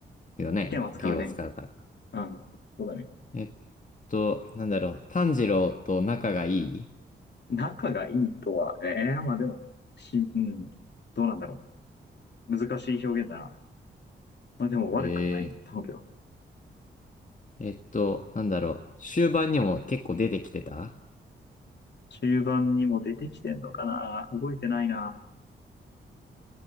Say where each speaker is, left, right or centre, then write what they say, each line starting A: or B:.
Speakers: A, on the left; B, on the left.
A: よね。
B: 剣は使うね。
A: 呼吸を扱うから。
B: うん。そうだね。
A: えっと、なんだろう、炭治郎と仲がいい
B: 仲がいいとはね、ええまあでも、し、うん。どうなんだろう。難しい表現だな。まあでも悪くはないと思うけど。
A: えええっと、なんだろう、終盤にも結構出てきてた
B: 中盤にも出てきてんのかな覚えてないな。